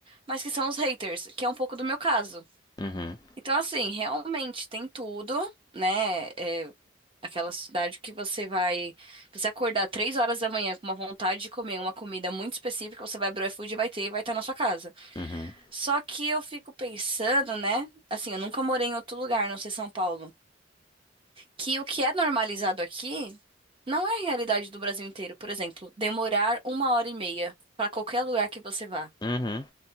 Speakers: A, on the right; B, on the left.
A: mas que são os haters, que é um pouco do meu caso.
B: Uhum,
A: Então, assim, realmente tem tudo. Né? É, Aquela cidade que você vai, você acordar três horas da manhã com uma vontade de comer uma comida muito específica, você vai abrir o iFood e vai ter e vai estar na sua casa.
B: uhum,
A: Só que eu fico pensando, né? Assim, eu nunca morei em outro lugar, não sei São Paulo, que o que é normalizado aqui não é a realidade do Brasil inteiro. Por exemplo, demorar uma hora e meia para qualquer lugar que você vá.
B: uhum.